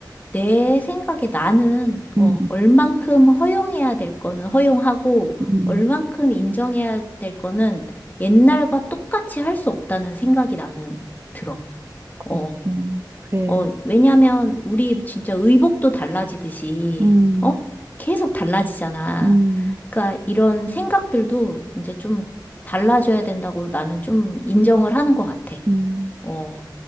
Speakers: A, on the left; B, on the right.
A: 내 생각에 나는,
B: 음,
A: 어, 얼만큼 허용해야 될 거는 허용하고,
B: 음,
A: 얼만큼 인정해야 될 거는 옛날과 똑같이 할 수 없다는 생각이 나는 들어.
B: 그렇군
A: 어.
B: 그래.
A: 어, 왜냐면 우리 진짜 의복도 달라지듯이,
B: 음,
A: 어? 계속 달라지잖아.
B: 음,
A: 그러니까 이런 생각들도 이제 좀 달라져야 된다고 나는 좀 인정을 하는 것 같아.
B: 음.
A: 어.